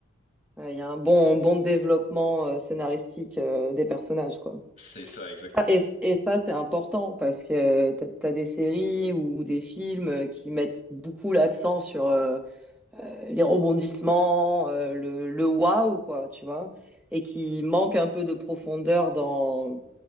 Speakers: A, in the centre; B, on the left.
A: Ouais, Il y a un bon, un bon développement euh, scénaristique euh, des personnages, quoi.
B: C'est ça exactement,
A: Ça- et,
B: oui.
A: et ça, c'est important parce que t'as, t'as des séries ou des films euh, qui mettent beaucoup l'accent sur euh, les rebondissements, euh, le, le waouh, quoi, tu vois, et qui manquent un peu de profondeur dans